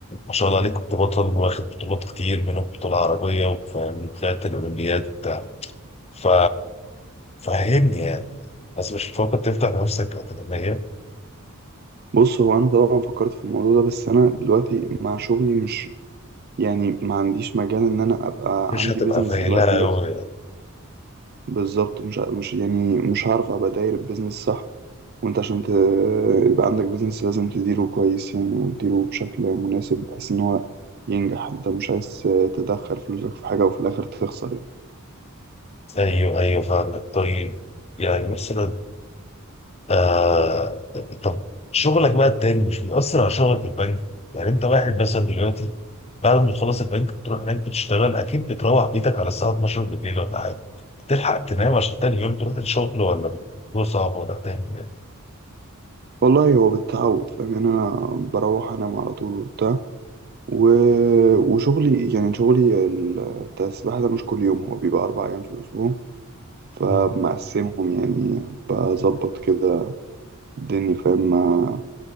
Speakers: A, on the left; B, on the right.
A: ما شاء الله عليك كنت بطل واخد بطولات كتير منهم بطوله عربيه وفاهم طلعت الاولمبياد وبتاع ف فهمني يعني بس مش بتفكر تفتح لنفسك اكاديميه
B: بص هو انا طبعا فكرت في الموضوع ده بس انا دلوقتي مع شغلي مش يعني ما عنديش مجال ان انا ابقى
A: مش
B: عندي
A: هتبقى
B: بيزنس
A: فايلة
B: دلوقتي
A: أوي
B: بس بالظبط مش مش يعني مش هعرف ابقى داير البيزنس صح وانت عشان ت- يبقى عندك بيزنس لازم تديره كويس يعني وتديره بشكل مناسب بحيث ان هو ينجح انت مش عايز تدخل فلوسك في حاجة وفي الاخر تخسر يعني
A: ايوه ايوه فاهمك طيب يعني مثلا آه طب شغلك بقى التاني مش بيأثر على شغلك في البنك يعني انت واحد مثلا دلوقتي بعد ما تخلص البنك بتروح هناك بتشتغل اكيد بتروح بيتك على الساعه 12 بالليل ولا حاجه تلحق تنام عشان تاني يوم تروح الشغل ولا الموضوع صعب ولا بتعمل ايه؟
B: والله هو بالتعود فاهم يعني انا بروح انام على طول وبتاع و... وشغلي يعني شغلي ال- بتاع السباحة ده مش كل يوم هو بيبقى أربع أيام في الأسبوع فبمقسمهم
A: مم.
B: يعني بظبط كده الدنيا فاهم ما-